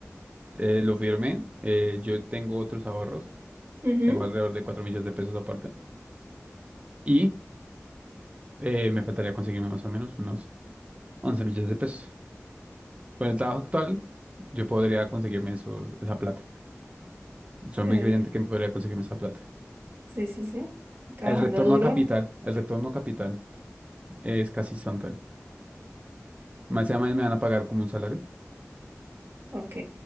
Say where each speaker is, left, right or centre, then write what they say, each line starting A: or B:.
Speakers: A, on the right (about 25°); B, on the right (about 50°).
A: eh, lo firmé. eh, yo tengo otros ahorros,
B: Ujú,
A: tengo alrededor de 4 millones de pesos aparte. Y eh, me faltaría conseguirme más o menos unos 11 millones de pesos. Con el trabajo actual, yo podría conseguirme esos, esa plata. Soy
B: eh,
A: muy creyente que me podría conseguirme esa plata.
B: sí, sí, sí. Trabajando
A: El retorno
B: duro.
A: a capital, el retorno a capital es casi instantáneo. Más sea allá me van a pagar como un salario
B: Ok.